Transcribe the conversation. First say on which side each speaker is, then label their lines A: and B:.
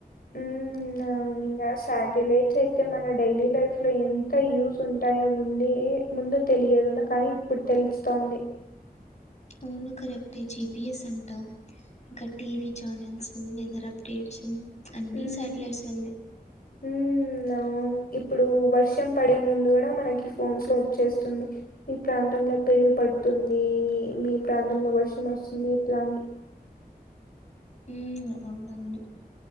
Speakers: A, on the left; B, on the left.
A: మ్ అవును ఇంకా శాటిలైట్స్ అయితే మన డైలీ లైఫ్ లో ఎంత యూజ్ ఉంటాయో ముంది ముందు తెలియదు కానీ ఇప్పుడు తెలుస్తుంది
B: అవును కరెక్టే జీపీఎస్ అంటా ఇక్కడ టీవీ ఛానల్స్, వెదర్ అప్డేట్స్ అన్నీ
A: ఉమ్
B: సాటిలైట్స్ వల్లే
A: ఉమ్, అవును ఇప్పుడు వర్షం పడే ముందు కూడా మనకి ఫోన్స్ వచ్చేస్తుంది ఈ ప్రాంతంలో పిడుగు పడుతుంది మీ ప్రాంతంలో వర్షం వస్తుంది ఇట్లాని.
B: ఉమ్ అవునవును